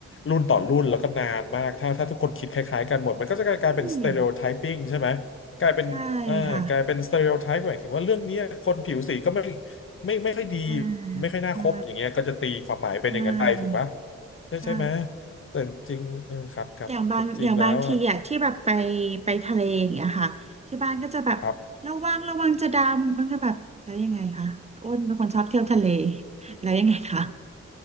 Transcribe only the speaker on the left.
รุ่นต่อรุ่นแล้วก็นานมากถ้าถ้าทุกคนคิดคล้ายๆกันหมดมันก็จะกลายเป็น
stereotyping ใช่ไหมกลายเป็นเอ่อกลายเป็น
stereotype หมายถึงว่าเรื่องเนี้ยคนผิวสีก็ไม่ไม่ไม่ค่อยดี
ไม่ค่อยน่าคบอย่างเงี้ยก็จะตีความหมายเป็นอย่างนั้นไปถูกปะ
ใช่ใช่ไหม
จริงเออครับครับจริงๆแล้วอะ
ครับ